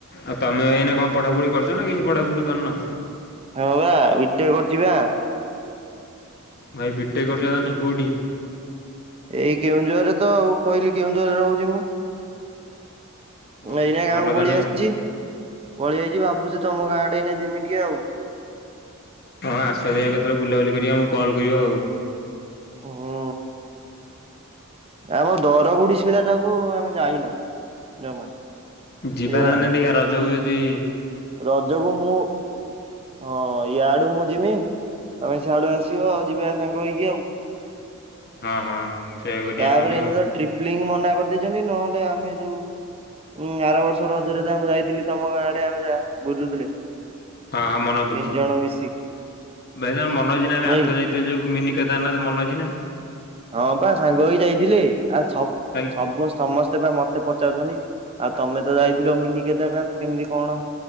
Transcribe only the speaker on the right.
ମୁଁ ପା ବିଟେକ୍ କରୁଛି ପା।
ଏଇ କେଉଁଝର ରେ ତ ଆଉ କହିଲି କେଉଁଝରରେ ରହୁଛି ମୁଁ।
ଏଇନା ଗାଁକୁ
ପଳି ଆସିଛି।
ପଳିଆଇଛି ଭାବୁଛି ତମ ଗାଁ ଆଡେ ଏଇନା ଯିମି ଟିକେ ଆଉ।
ହୁଁ ଆମ ଦରଗୁଡି ଶିଳାଟାକୁ ଆମେ ଯାଇନୁ ଜମା।
ବୁଝିଲନା
ରଜକୁ ମୁଁ। ହଁ ଇଆଡୁ ମୁଁ ଯିମି ତମେ ସିଆଡୁ ଆସିବ ଆଉ ଯିବା ସାଙ୍ଗ ହେଇକି ଆଉ।
ତାପରେ
ଏଇନାତ
ଟ୍ରିପଲିଙ୍ଗ ମନା କରିଦେଇଛନ୍ତି ନହେଲେ ଆମେ ଯୋଉ। ହୁଁ ଆର ବର୍ଷର ରଜରେ ଯା ମୁଁ ଯାଇଥିଲି ତମ ଗାଁ ଆଡେ ଆମେ ଯା ବୁଲୁଥିଲେ।
ତିନି
ଜଣ ମିଶିକି
ନାଇଁ
କି
ହଁ ପା ସାଙ୍ଗ ହେଇକି ଯାଇଥିଲେ ଆଉ ସବୁ
ସମସ୍ତ। ସମସ୍ତେ ବା ମତେ ପଚାରୁଛନ୍ତି ଆଉ ତମେ ତ ଯାଇଥିଲ ମିନି କେଦାରନାଥ କେମିତି କଣ?